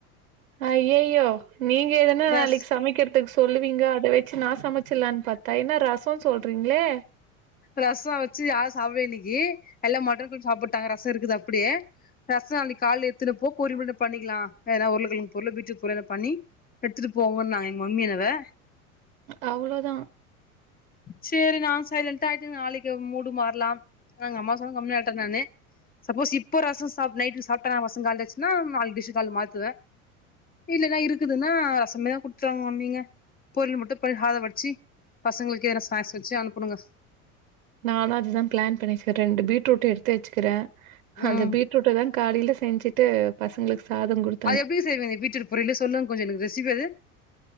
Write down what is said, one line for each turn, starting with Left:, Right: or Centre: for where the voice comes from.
Right: ஐய்யையோ நீங்க எதனா
Left: ரஸ்
Right: நாளைக்கி சமைக்கிறதுக்கு சொல்லுவீங்க அத வச்சு நா சமைச்சரலானு பாத்தா என்ன ரசோ சொல்றீங்களே
Left: ரச வச்சு யாரு சாப்வே யின்னைக்கு எல்லா மட்டன் கூட சாப்பட்டாங்க ரச இருக்குது அப்டியே ரச நாளைக்கு காலையில எடுத்துன போ பொரியல் கூட பண்ணிக்கலா எதனா உருளைக்கெழங்கு பொரியல் பீட்ரூட் பொரியல்லோ பண்ணி எடுத்துட்டு போங்கன்னு நாங்க எங்க மம்மி எனவே
Right: அவ்ளோதா
Left: சேரி நா சைலண்ட் கட் ஆகிட்டுனு நாளைக்கி மூடு மாறலாம் நா எங்க அம்மா சொன்கம்னாட்டே நானு சப்போஸ் இப்போ ரச சாப்பிட் நைட் சாப்பிட்ட <unintelligible> ரச காலி ஆச்சுன்னா நாளைக்கி டிஸ் காலையில மாத்துவே இல்லன்னா இருக்குதுன்னா ரசமே தா குடுத்தறாங்க மம்மிங்க பொரியல் மட்டு பண் காதம் வடிச்சி பசங்களுக்கு ஏதன ஸ்நாக்ஸ் வச்சு அனுப்பணுங்க
Right: நானு அதுதா பிளான் பண்ணிகே ரெண்டு பீட்ரூட் எடுத்து வச்சுக்கிறே
Left: ம்
Right: அந்த பீட்ரூட தா காலையில செஞ்சுட்டு பசங்களுக்கு சாதம் குடுத்
Left: அது எப்டி செய்விங்க பிட்ரூட் பொரியலு சொல்ங்க கொஞ்சோ எனக்கு ரெசிபி அது